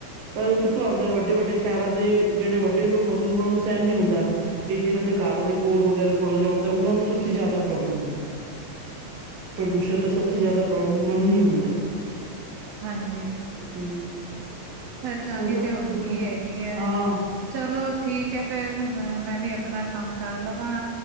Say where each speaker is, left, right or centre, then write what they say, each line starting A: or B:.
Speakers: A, on the right; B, on the right.
A: ਪਰ ਉਹ ਕਿਥੋਂ ਆਉਂਦਾ ਵੱਡੇ-ਵੱਡੇ ਸ਼ਹਿਰਾਂ ਦੇ ਜਿਹੜੇ ਵੱਡੇ ਲੋਕ ਆਦੇ ਉਹਨਾਂ ਨੂੰ ਸਹਿਣ ਨਹੀਂ ਹੁੰਦਾ। ਇਹ ਜਿਹੜੇ ਉਦੇ ਘਰ ਦੇ ਕੋਲ ਵਗੈਰਾ ਥੋੜ੍ਹਾ ਜਿਹਾ ਹੁੰਦਾ, ਉਹਨਾਂ ਨੂੰ ਸਭ ਜ਼ਿਆਦਾ ਪ੍ਰੋਬਲਮ ਹੁੰਦਾ ਹੈ, ਪ੍ਰਦੂਸ਼ਣ ਦਾ ਸਭ ਜ਼ਿਆਦਾ ਪ੍ਰੋਬਲਮ ਉਹਨਾ ਨੂੰ ਹੀ ਹੁੰਦਾ ਹੈ।
B: ਹਾਂਜੀ,
A: ਹੂੰ,
B: ਪਰੇਸ਼ਾਨੀ
A: ਚਲੋ
B: ਤੇ
A: ਕੁਝ
B: ਹੁੰਦੀ
A: ਨਾ
B: ਹੀ ਹੈਗੀ ਹੈ।
A: ਹਾਂ,
B: ਚਲੋ ਠੀਕ ਹੈ ਫੇਰ ਅ ਮੈਂ ਵੀ ਆਪਣਾ ਕੰਮ ਕਰ ਲਵਾਂ।